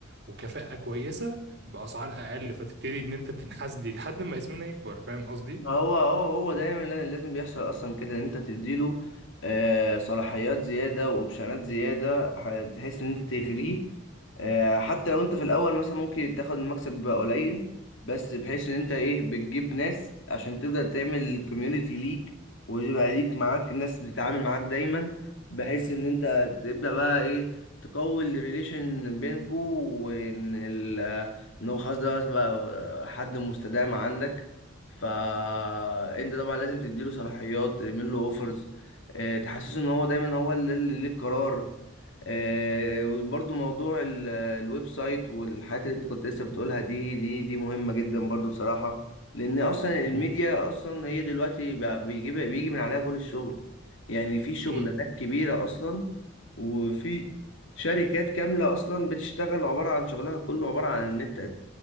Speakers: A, on the right; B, on the left.
A: وكفاءة كويسة بأسعار اقل فتبتدي ان انت تنحاز لي لحد ما اسمنا يكبر فاهم قصدي؟
B: ما هو هو هو دايما لا- لازم بيحصل اصلا كده ان انت تديله آه، صلاحيات زياده واوبشنات زياده ح- تحس ان انت تغريه آه، حتى لو انت في الاول مثلا ممكن تاخد المكسب بقى قليل بس بحيث ان انت ايه بتجيب ناس عشان تبدا تعمل كوميونتي ليك ويبقى ليك معاك ناس بتتعامل معاك دايما بحيث ان انت تبدا بقى ايه تقوي الريليشن بينكو وان ال- ان هو خلاص ده بقى حد مستدام عندك فانت طبعا لازم تديله صلاحيات تعمل له اوفرز تحسسه ان هو دايما هو اللي اللي ليه القرار آه، وبرضه موضوع ال- الويب سايت والحاجات اللي انت كنت لسه بتقولها دي دي دي مهمة جدا برضه بصراحة لان اصلا الميديا
A: مم.
B: اصلا هي دلوقتي بقى بيجي بيجي من عليها كل الشغل يعني في شغلانات
A: مم.
B: كبيرة اصلا وفي شركات كاملة اصلا بتشتغل عبارة عن شغلها كله عبارة عن النت